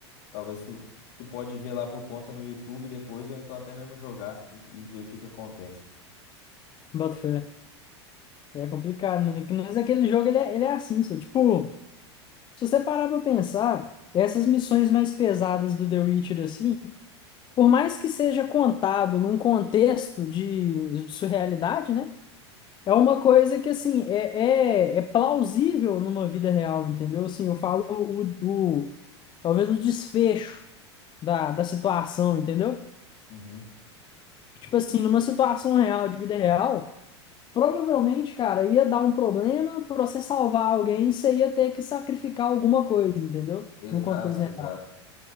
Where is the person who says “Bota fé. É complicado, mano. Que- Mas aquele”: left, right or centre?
Left